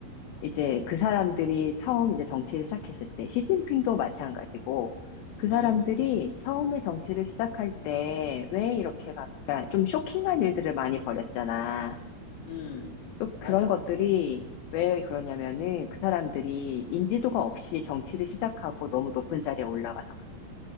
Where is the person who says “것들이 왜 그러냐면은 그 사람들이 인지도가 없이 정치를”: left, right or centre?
Left